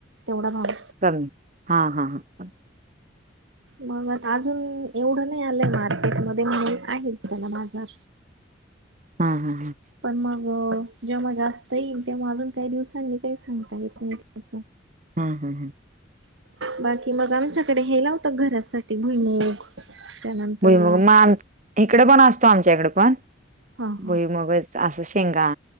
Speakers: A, on the right; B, on the right.
A: तेवढा भाव.
B: चालल हा हा ह.
A: मग अजून एवढं नाही आलंय मार्केट मध्ये म्हणून आहे त्याला बाजार.
B: हा हा.
A: पण मग जेव्हा जास्त येईल तेव्हा अजून काही दिवसांनी काही सांगता येत नाही त्याच.
B: हा हां हां.
A: बाकी मग आमच्याकडे हे लावतात घरासाठी भुईमूग. त्यानंतर
B: भुईमूग मग आम इकडे पण असतो आमच्या इकडे पण.
A: हा हा
B: भुईमूग मग असच शेंगा